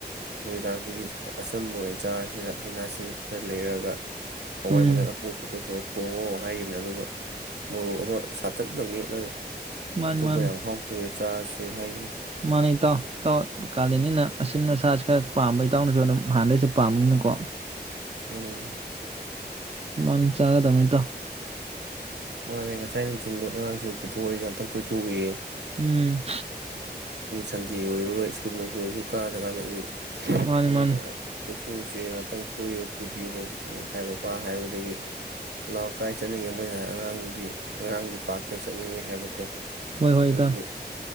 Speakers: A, on the right; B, on the right.
A: ꯅꯨꯃꯤꯗꯥꯡꯁꯤꯗꯤ ꯑꯆꯝꯕ ꯑꯣꯏꯅ ꯆꯥꯔꯁꯤꯗ ꯍꯩꯅꯥꯁꯤꯡ ꯈꯔ ꯂꯩꯔꯒ ꯍꯋꯥꯏ
B: ꯎꯝ
A: ꯃꯪꯒꯜ ꯑꯄꯣꯛꯄꯗꯨꯣ ꯇꯣ ꯊꯣꯡꯉꯣ ꯍꯥꯏꯈꯤꯕꯅꯦ ꯑꯗꯨꯒ ꯃꯣꯔꯣꯛ ꯑꯃ ꯁꯥꯊꯛꯇ ꯃꯦꯠꯂꯒ
B: ꯃꯥꯅꯤ
A: ꯑꯇꯣꯞꯄ
B: ꯃꯥꯅꯤ
A: ꯌꯥꯝ ꯍꯥꯎꯇꯋꯦ ꯆꯥꯔꯖ <unintelligible>
B: ꯃꯥꯅꯤ ꯏ ꯇꯥꯎ ꯏꯇꯥꯎ ꯀꯥꯂꯅꯤꯅ ꯑꯁꯤꯟ ꯃꯁꯁꯤ ꯈꯔ ꯄꯥꯝꯕꯩ ꯏꯇꯥꯎꯅꯁꯨ ꯑꯗꯨꯝ ꯍꯥꯟꯅꯗꯩꯁꯨ ꯄꯥꯝꯝꯕꯅꯤꯅꯀꯣ
A: ꯎꯝ ꯎꯝ
B: ꯃꯥꯅ ꯆꯥꯒꯗꯃꯤꯇ
A: ꯃꯅ‌ꯦꯉꯁ ꯊꯥꯏ ꯅꯨꯡꯊꯤꯟꯗꯣ ꯑꯉꯥꯡꯁꯤꯡ ꯄꯨꯊꯣꯛꯎꯏꯎꯅꯤ ꯈꯤꯇꯪ ꯀꯣꯏꯊꯣꯛꯎꯏꯌꯦ
B: ꯎꯝ
A: ꯁꯟꯗꯦꯒꯤ ꯑꯣꯏꯒ ꯁ꯭ꯀꯨꯜ ꯅꯨꯡꯊꯤꯡꯁꯨ ꯀꯥꯗꯀꯥꯟꯗꯗꯤ
B: ꯃꯥꯅꯤ
A: ꯃꯣꯏꯅ
B: ꯃꯥꯅꯤ
A: ꯀꯣꯏꯊꯣꯛꯁꯦ ꯉꯥꯛꯇꯪ ꯀ ꯄꯨꯕꯤꯌꯨꯕ ꯍꯥꯏꯕꯕꯥ ꯍꯥꯏꯕꯗꯒꯤ ꯂ ꯀꯥꯏ ꯆꯠꯅꯤꯡꯉꯦ ꯃꯣꯏꯅ ꯑꯉꯥꯡꯒꯤ ꯑꯉꯥꯡꯒꯤ ꯄꯥꯛꯔꯇ ꯆꯠꯅꯤꯡꯉꯦ ꯍꯥꯏꯕꯀꯣ
B: ꯍꯣꯏ ꯍꯣꯏ
A: ꯑꯗꯨꯒꯤ
B: ꯏꯇꯥꯎ